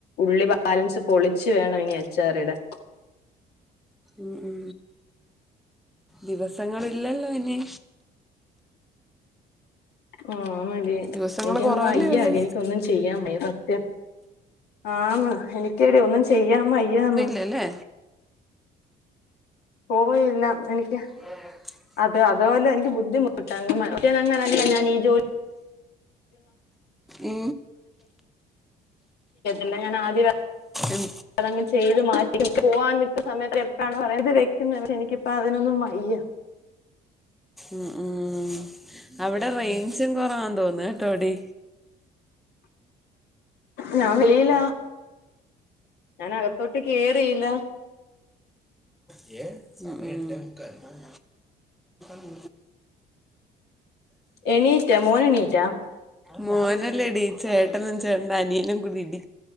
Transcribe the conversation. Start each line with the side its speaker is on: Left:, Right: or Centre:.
Left: ഉള്ളി ബാലൻസ് പൊളിച്ചു വേണം ഇനി അച്ചാറിടാൻ
Centre: ഉ ഉ ദിവസങ്ങളില്ലല്ലോ ഇനി
Left: ആഹ മതി
Centre: ദിവസങ്ങൾ
Left: എനിക്കങ്
Centre: കുറവല്ലേ
Left: വയ്യ
Centre: ഉള്ളൂ
Left: മതി എനിക്ക ഒന്നും ചെയ്യാ മ സത്യം ആന്ന് എനിക്കേടി ഒന്നും ചെയ്യാ വയ്യാന്ന്
Centre: തല്ലെ
Left: പോയിയില്ല എനിക്ക്
Centre: ഉ
Left: അത അത പോല്ലെ എനിക്ക് ബുദ്ധിമുട്ട് അ ഒങ്ങനല്ല ഞാൻ ഈ ജോലി
Centre: ഏ
Left: ല്ല ഞാൻ ആദ്യ <unintelligible>
Centre: ഉം,
Left: അതങ്ങ് ചെയ്തു മാറ്റി പോവാാൻ നിക്ക സമയത്ത് എപ്പോഴാണ് പറയത് വെക്കുന്നത് പക്ഷെ എനിക്ക് അപ്പൊ അതിനൊന്നും വയ്യ
Centre: ഉ ഉം അവിടെ റേയ്ഞ്ചും കൊറവാ തോന്ന ട്ടോ ടി
Left: ഞാ വെളിയിലാ ഞാൻ അകത്തോട്ടേ കേറിയില്ല
Centre: കേറില്ല <unintelligible> <inaudible> <unintelligible> <inaudible>
Left: എണീറ്റാ മോന് എണീറ്റാ
Centre: മോനല്ലടി ചേട്ടനും ചേട്ടന്റെ അനിയനും കൂടി ഇടി